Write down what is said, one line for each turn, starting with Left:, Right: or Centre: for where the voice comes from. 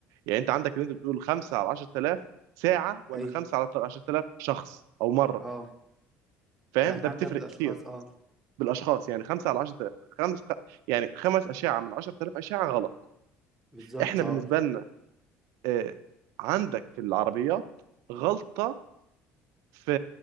Right: يعني انت عندك اللي انت بتقول 5 على 10000 ساعه ولا
Centre: اي
Right: 5 على 10000 شخص او مره
Centre: اه
Right: فاهم
Centre: يعني
Right: ده
Centre: احنا
Right: بتفرق
Centre: عندنا بالأشخاص
Right: كتير
Centre: اه
Right: بالاشخاص يعني 5 على 10000 خمس خ... يعني خمس اشعه من 10000 اشعه غلط
Centre: بالظبط
Right: احنا بالنسبه
Centre: اه
Right: لنا آه، عندك في العربيات غلطه في